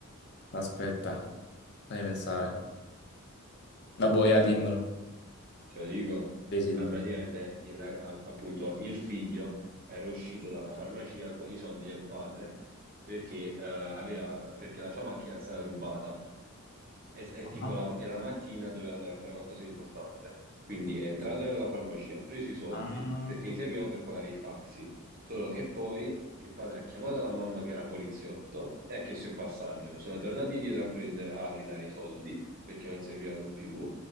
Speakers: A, on the left (about 50°); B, on the right (about 40°).
A: Aspetta, fammi pensare. La boia, dimmelo.
B: te lo dico.
A: Sì, sì,
B: Ah,
A: dimmi.
B: praticamente il, ra- a- appunto il figlio era uscito dalla farmacia con i soldi del padre perché, eh, aveva, perché la sua macchina è stata rubata. È, è
A: Ah,
B: tipo la, è la mattina doveva andare a fare qualcosa di importante. Quindi è entrato nella farmacia, ha preso i soldi
A: ah.
B: perché gli servivano per pagare il taxi. Solo che poi il padre ha chiamato la mamma che era poliziotto e ha chiesto il passaggio. Sono tornati indietro a prendere, a ridare i soldi perché non servivano più.